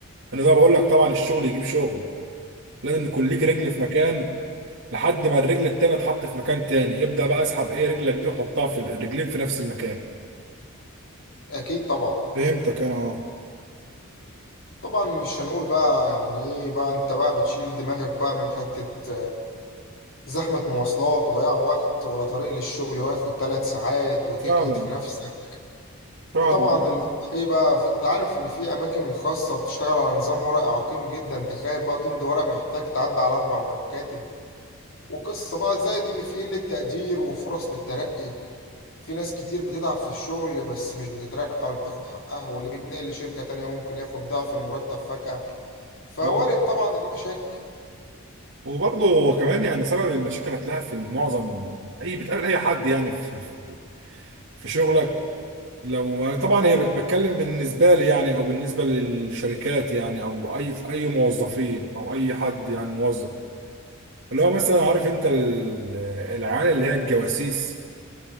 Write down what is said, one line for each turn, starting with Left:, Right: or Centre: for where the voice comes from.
Right: انا زي ما بقول لك طبعا الشغل يجيب شغل لازم يكون ليك رجل في مكان لحد ما الرجل التانية تحط في مكان تاني ابدأ بقى اسحب ايه رجلك دي وحطها في ال- الرجلين في نفس المكان
Left: اكيد طبعا
Right: فهمتك انا اه
Left: طبعا مش هنقول بقى يعني ايه بقى انت بقى بتشيل دماغك بقى من حتة آه، زحمة مواصلات وضياع وقت ولا طريق للشغل واخد ثلاث ساعات وتجهد
Right: فعلا
Left: في نفسك
Right: فعلا
Left: وطبعا اللي هو ايه بقى في- انت عارف ان في اماكن خاصة بتشتغل على نظام ورقي عقيم جدا تخيل بقى تمضي ورق محتاج تعدي على اربع مكاتب وقصة بقى زائد ان في قلة تقدير وفرص للترقي في ناس كتير بتتعب في الشغل بس مش بتترقى ولا بتاخد حقها واللي بيتنقل لشركة تانية ممكن ياخد ضعف المرتب فجأة فوارد
Right: اه
Left: طبعا المشاكل
Right: وبرضه هو كمان يعني سبب المشاكل هتلاقيها في معظم اي بتقابل اي حد يعني في في في شغلك لو طبعا هي بت- بتكلم بالنسبه لي يعني او بالنسبه للشركات يعني او اي اي موظفين او اي حد يعني موظف اللي هو مثلا عارف انت ال- العيال اللي هي الجواسيس